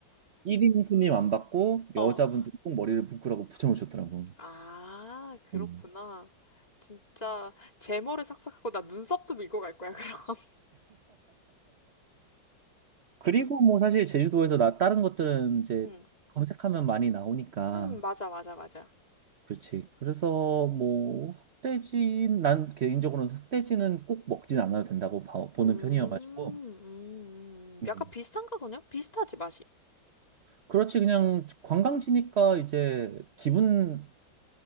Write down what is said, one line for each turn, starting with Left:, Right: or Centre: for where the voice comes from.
Right: 1인 손님 안 받고
Left: 어.
Right: 여자분들 꼭 머리를 묶으라고 붙여놓으셨더라고.
Left: 아, 그렇구나.
Right: 음.
Left: 진짜 제모를 싹싹 하고 나 눈썹도 밀고 갈 거야, 그럼. <laughs>
Right: 그리고 뭐 사실 제주도에서 나 다른 것들은 이제
Left: 응.
Right: 검색하면 많이 나오니까.
Left: 응 맞아, 맞아, 맞아.
Right: 그렇지. 그래서 뭐 흑돼지 난 개인적으로는 흑돼지는 꼭 먹진 않아도 된다고 봐- 보는
Left: 음, 음,
Right: 편이어가지고.
Left: 음.
Right: 음.
Left: 약간 비슷한가 그냥? 비슷하지, 맛이.
Right: 그렇지 그냥 관광지니까 이제 기분